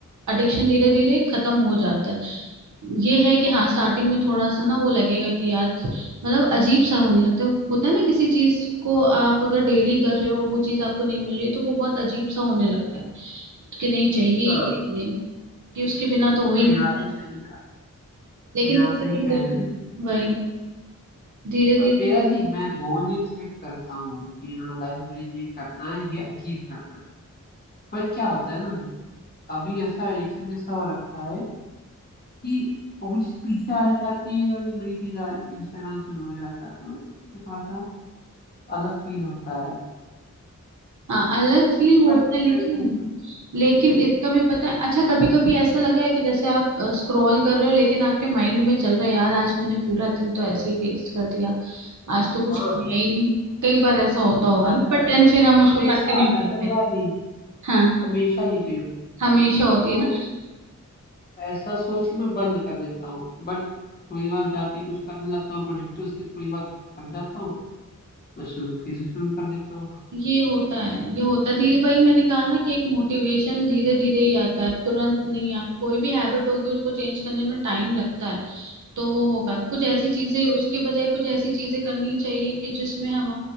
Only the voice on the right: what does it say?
एडिक्शन धीरे धीरे खत्म हो जाता है ये है कि हाँ स्टार्टिंग में थोड़ा सा ना वो लगेगा कि यार मतलब अजीब सा होने लगता है होता है ना किसी चीज को आप अगर डेली कर रहे हो वो चीज आपको नहीं मिल रही तो वो बहुत अजीब सा होने लगता है कि नहीं चाहिए
ही चाहिए कि उसके बिना तो हो ही
नहीं पाए
लेकिन
धीरे
धीरे
वही धीरे धीरे
हाँ अलग फील होता
है लेकिन
लेकिन
इसका भी पता है अच्छा कभी कभी ऐसा लगा है कि जैसे आप स्क्रॉल कर रहे हो लेकिन आपके माइंड में चल रहा है यार आज मैंने पूरा दिन तो ऐसे ही वेस्ट कर दिया आज तो कुछ
किया ही नहीं कई बार ऐसा होता होगा
ना बट
देन फिर हम उसको
कंटिन्यू
करते
हैं
हाँ
हमेशा होती
है ना
ये होता है ये होता है धीरे भाई मैंने कहा ना कि एक मोटिवेशन धीरे धीरे ही आता है तुरंत नहीं आप कोई भी हैबिट होगी उसको चेंज करने में टाइम लगता है तो वो होगा कुछ ऐसी चीजें उसके बजाय कुछ ऐसी चीजें करनी चाहिए कि जिसमें हम